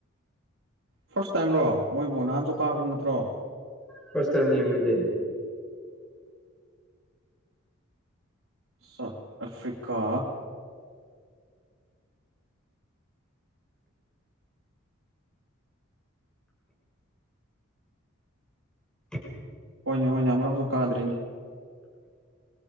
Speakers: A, on the right; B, in the centre.
A: ꯐꯥ꯭ꯔꯁ ꯇꯥꯏꯝꯔꯣ ꯃꯣꯏꯕꯨ ꯅꯍꯥꯟꯖꯨ ꯀꯥꯒ꯭ꯔꯕ ꯅꯠꯇ꯭ꯔꯣ
B: ꯐ꯭ꯔꯥꯁ ꯇꯥꯏꯝ ꯅꯦ ꯃꯣꯏꯗꯤ
A: ꯁꯥꯎꯠ ꯑꯐ꯭ꯔꯤꯀꯥ
B: <inaudible>
A: ꯍꯣꯏꯅꯦ ꯍꯣꯏꯅꯦ ꯑꯃꯔꯛꯁꯨ ꯀꯥꯗ꯭ꯔꯤꯅꯦ